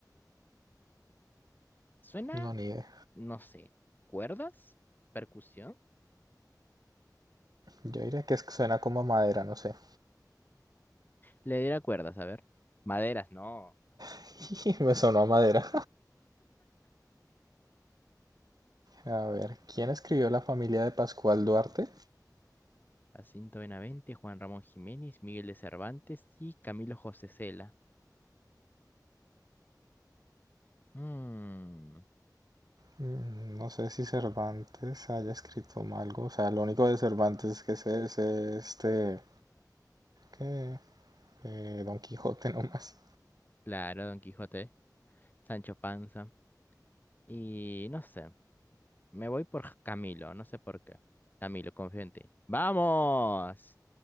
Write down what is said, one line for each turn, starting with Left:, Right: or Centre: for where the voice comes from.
Left: Suena
Right: no ni idea.
Left: no sé, cuerdas, percusión.
Right: Yo diría que suena como a madera, no sé.
Left: Le diera cuerdas, a ver. Maderas, no.
Right: <laughs> Me sonó a madera. A ver, ¿quién escribió La familia de Pascual Duarte?
Left: Jacinto Benavente, Juan Ramón Jiménez, Miguel de Cervantes y Camilo José Cela. Mm,
Right: Mm, No sé si Cervantes haya escrito algo. O sea, lo único de Cervantes que sé es este... ¿Qué? Eh, Don Quijote <laughs> nomás.
Left: claro, Don Quijote, Sancho Panza. Y no sé, me voy por Ja, Camilo, no sé por qué. Camilo, confío en ti. ¡Vamos!